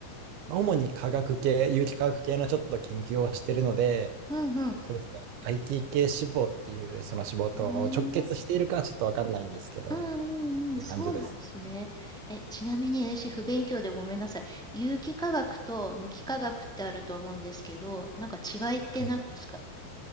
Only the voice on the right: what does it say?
まあ主に科学系、有機化学系のちょっと研究をしているので、
そうですね。IT 系志望っていうその志望と直結しているかちょっとわかんないんですけど、
っていう感じです。
はい。